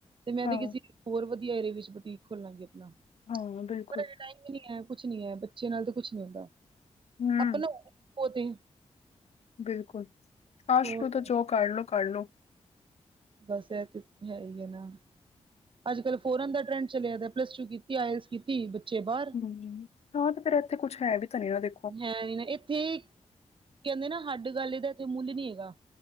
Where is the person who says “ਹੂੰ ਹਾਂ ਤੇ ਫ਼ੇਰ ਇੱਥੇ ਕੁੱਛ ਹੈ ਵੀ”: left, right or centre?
Left